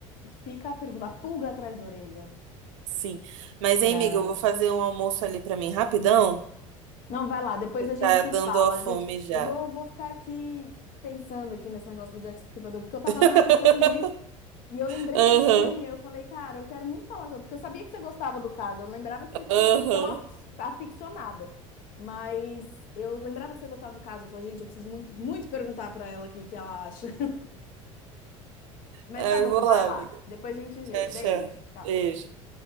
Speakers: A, on the left; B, on the right.
A: fica a pergunta, a pulga atrás da orelha.
B: Sim. Mas,
A: Era...
B: hein, amiga, eu vou fazer um almoço ali pra mim rapidão.
A: Não, vai lá, depois
B: que Tá
A: a gente se
B: dando
A: fala.
B: a fome
A: A gente,
B: já.
A: eu vou, vou ficar aqui pensando aqui nesse negócio do Jack Stripador porque eu tava
B: <laughs>
A: matutando nisso. E eu lembrei
B: Aham,
A: do filme e eu falei, cara, eu quero muito falar com porque eu sabia que você gostava do caso, eu não lembrava que você tinha
B: aham.
A: sido tão afic- aficionada. Mas eu lembrava que você gostava do caso. Eu falei, gente, eu preciso muito, muito perguntar pra ela aqui o que que ela acha. <laughs> Mas
B: Aí
A: tá bom,
B: eu vou
A: vai
B: lá,
A: lá.
B: amiga.
A: Depois a gente
B: Tchau,
A: vê. Beijo.
B: tchau.
A: Tchau.
B: Beijo.